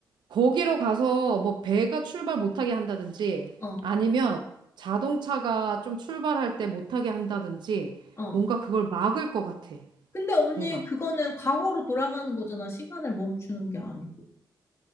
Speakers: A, on the right; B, on the left.
A: 거기로 가서 뭐 배가 출발 못하게 한다든지
B: 어,
A: 아니면 자동차가 좀 출발할 때 못하게 한다든지
B: 어.
A: 뭔가 그걸 막을 것 같아.
B: 근데 언니
A: 내가.
B: 그거는 과거로 돌아가는 거잖아. 시간을 멈추는 게 아니고.